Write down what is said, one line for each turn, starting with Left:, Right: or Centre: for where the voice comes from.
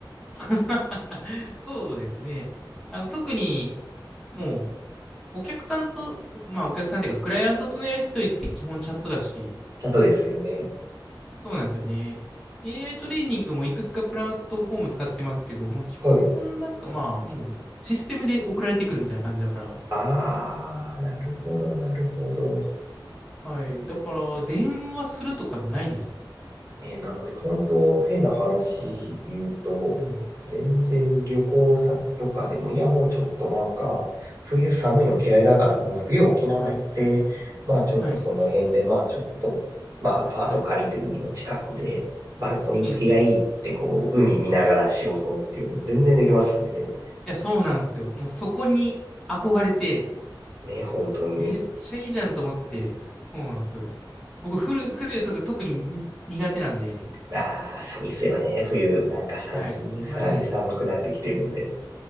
Centre: <laughs> そうですね。あの、特に、もう、お客さんと、まあ、お客さんっていうか、クライアントとのやりとりって基本チャットだし、
Right: ただですよね。
Centre: そうなんですよね。AI トレーニングもいくつかプラットフォーム使ってますけど、もう基本なんかまあ、
Right: はい。
Centre: もう、システムで送られてくるみたいな感じだから、
Right: ああ、なるほど、なるほど。
Centre: はい。だから、電話するとかないです。
Right: ね、なので、本当変な話言うと、
Centre: はい。うん。
Right: 全然旅行先とかでも、いや、もうちょっとなんか、
Centre: うん。
Right: 冬寒いの嫌いだから、もう冬沖縄行って、
Centre: はい。
Right: まあちょっとその辺で、
Centre: はい。
Right: まあちょっと、まあアパート借りて海の近くで、
Centre: はい。
Right: バルコニー付きがいいって、
Centre: ええ、ええ。
Right: こう、海見ながら仕事っていうのも全然できますもんね。
Centre: はい。はい。いや、そうなんですよ。もうそこに憧れて、
Right: ね、本当に。
Centre: めっちゃいいじゃんと思って、そうなんですよ。僕、フル、フルとか特にに苦手なんで、
Right: ああ、寒いっすよね、冬。なんか最近さらに寒くなってきてるんで。
Centre: はい。マジで。